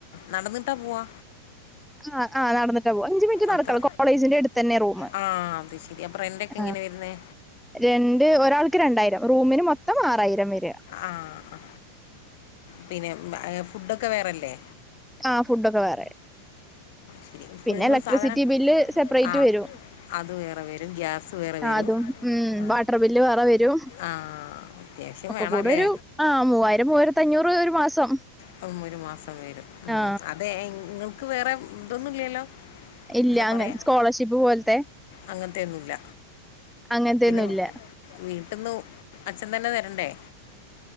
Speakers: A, on the left (about 50°); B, in the centre.
A: നടന്നിട്ടാ പോവാ
B: ആ ആഹ് നടന്നിട്ടാ പോവാ അഞ്ച് മിനിറ്റ് നടക്കണം
A: അത്ര
B: കോളേജിന്റെ അടുത്തെന്നാ റൂമ്
A: ആ അത് ശരി അപ്പോൾ റെൻ്റൊക്കെ
B: ആ
A: എങ്ങനെ വരുന്നത്
B: രണ്ട് ഒരാൾക്ക് രണ്ടായിരം റൂമിന് മൊത്തം ആറായിരം വരും
A: ആ ആ പിന്നെ ഫുഡൊക്കെ വേറെല്ലേ
B: ആ ഫുഡൊക്കെ വേറെയാ
A: ശരി ഫുൾ
B: പിന്നെ
A: നിങ്ങൾ
B: ഇലക്ട്രിസിറ്റി
A: സാധനം
B: ബില്ല് സെപ്പറേറ്റ്
A: ആ
B: വരും
A: അത് വേറെ വരും ഗ്യാസ് വേറെ വരും
B: അതും ഉ
A: ആ
B: വാട്ടർ ബില്ല് വേറെ വരും
A: ആ അത്യാവശ്യം
B: ഒക്കെ
A: വേണമല്ലേ
B: കൂടെ ഒരു ആ മൂവായിരം മൂവായിര ത്തഞ്ഞൂറ് ഒരു മാസം
A: അപ്പം ഒരു മാസം വരും ഉം
B: ആ
A: അതെങ്ങ നമുക്ക് വേറെ ഇതൊന്നുല്ലാല്ലോ
B: ഇല്ല
A: എന്താ
B: അങ്ങ
A: പറയാ
B: സ്കോളർഷിപ്പ് പോലത്തെ
A: അങ്ങത്തെന്നുല്ല
B: അങ്ങനത്തെ
A: പിന്നെ
B: ഒന്നും ഇല്ല
A: വീട്ടിന്ന് അച്ഛൻ തന്നെ തരണ്ടേ